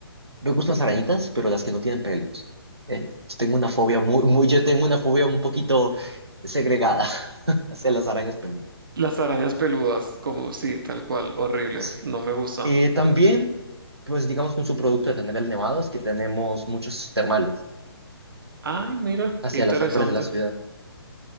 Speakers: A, on the right; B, on the right.
A: me gustan las arañitas, pero las que no tienen pelos. Eh, yo tengo una fobia muy, muy, yo tengo una fobia un poquito segregada <laughs> hacia las arañas peludas.
B: Las arañas peludas, como sí, tal cual, horribles,
A: Sí.
B: no me gustan.
A: Eh, también. Pues digamos que un subproducto de tener el nevado es que tenemos muchos termales
B: Ay, mira,
A: hacia
B: qué interesante.
A: las afueras de la ciudad.